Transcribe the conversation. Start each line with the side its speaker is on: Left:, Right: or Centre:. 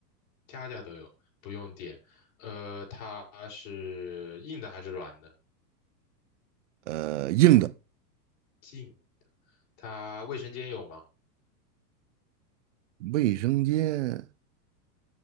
Left: 家家都有，不用电。呃，它是硬的还是软的？
Right: 呃，硬的
Left: 硬。它卫生间有吗？
Right: 卫生间